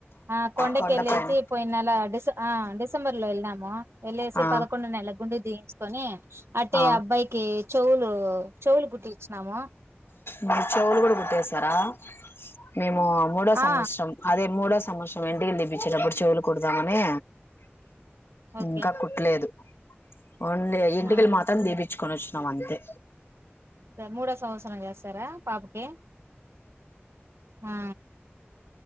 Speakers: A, on the right (about 75°); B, on the left (about 65°).
A: ఆ కొండకి
B: కొండ
A: వెళేసి
B: పైన
A: పోయిన నెల డిస ఆ డిసెబర్ లో వెళ్ళాము వెళ్లేసి
B: ఆ
A: పదకొండు నెల గుం తీయించుకొని అంటే
B: ఆ
A: అబ్బాయికి చెవులు చెవులు కట్టించి ఇచ్చినాము
B: మీరుచవులు కూడా కుట్టేస్తారా మే మూడో
A: ఆ
B: సంవత్సరం అదే మూడో సంవత్సరం ఎన్నికలు తిప్పించేటప్పుడు చెవులు కుడదామని
A: ఓకే
B: ఇంకా కుట్లేదు ఓన్లీ ఎంటిక
A: ఆ
B: మా పించుకొని వచ్చినాం అంతే
A: మూడో సంవత్సరం చేస్తారా పాపకి ఆ